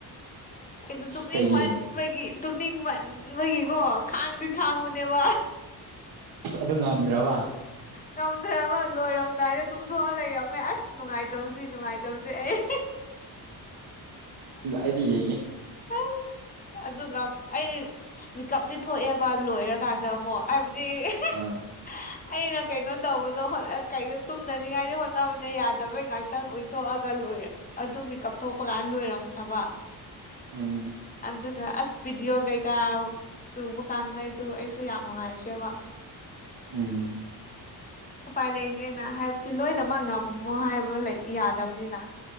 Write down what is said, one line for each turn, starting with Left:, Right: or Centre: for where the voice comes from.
Left: ꯑꯩꯗꯣ ꯇꯨꯝꯅꯤꯡ
Right: ꯀꯩꯒꯤ
Left: ꯃꯟꯕꯒꯤ ꯇꯨꯝꯅꯤꯡ ꯃꯟꯕꯒꯤꯀꯣ ꯈꯥꯡꯗꯗꯤ ꯈꯥꯡꯕꯅꯦꯕ
Right: ꯑꯁ ꯑꯗꯨ ꯉꯝꯗ꯭ꯔꯕ
Left: ꯉꯝꯗ꯭ꯔꯕ ꯂꯣꯏꯔꯝꯗꯥꯏꯗ ꯇꯨꯝꯊꯣꯛꯑ ꯂꯩꯔꯝꯃꯦ ꯑꯁ ꯅꯨꯡꯉꯥꯏꯇꯦ ꯇꯁ ꯅꯨꯡꯉꯥꯏꯇꯕꯁꯦ ꯑꯩ
Right: ꯑꯗꯤ ꯌꯦꯦꯉꯦ
Left: ꯑ ꯑꯗꯨꯒ ꯑꯩ ꯃꯤꯀꯞꯇꯤ ꯊꯣꯛꯑꯦꯕ ꯂꯣꯏꯔꯀꯥꯟꯗ ꯑꯃꯨꯛ ꯍꯥꯏꯕꯗꯤ
Right: ꯑꯥ
Left: <unintelligible> ꯑꯩꯅ ꯀꯩꯅꯣ ꯇꯧꯕꯗꯣ ꯇꯨꯝꯗꯅꯤꯡꯉꯥꯏꯗꯤ ꯍꯣꯠꯅꯕꯅꯦ ꯌꯥꯗꯕꯩ ꯉꯍꯥꯛꯇꯪ ꯎꯊꯣꯛꯑꯒ ꯂꯣꯏꯔꯦ ꯑꯗꯨ ꯃꯤꯀꯞ ꯊꯣꯛꯄ ꯀꯥꯏꯅ ꯂꯣꯏꯔꯝꯈ꯭ꯔꯕ
Right: ꯎꯝ
Left: ꯑꯗꯨꯒ ꯑꯁ ꯄꯤꯗꯌꯣꯒꯩꯒ ꯆꯨꯕ ꯀꯥꯟꯗꯩꯗꯨ ꯑꯩꯁꯨ ꯌꯥꯝ ꯅꯨꯡꯉꯥꯏꯇ꯭ꯔꯦꯕ
Right: ꯎꯝ
Left: ꯎꯄꯥꯏ ꯂꯩꯗ꯭ꯔꯦꯅ ꯍꯥꯏꯕꯗꯤ ꯂꯣꯏꯅꯃꯛ ꯉꯝꯃꯣ ꯍꯥꯏꯕ ꯂꯩ ꯌꯥꯗꯕꯅꯤꯅ